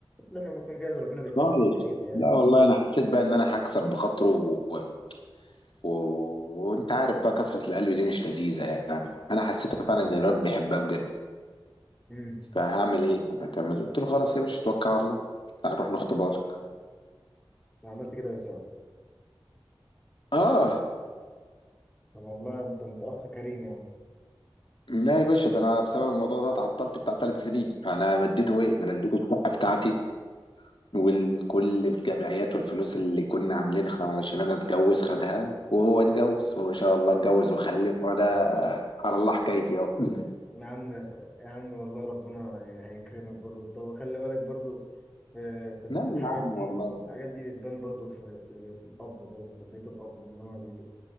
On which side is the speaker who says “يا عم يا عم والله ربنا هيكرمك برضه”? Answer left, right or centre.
Centre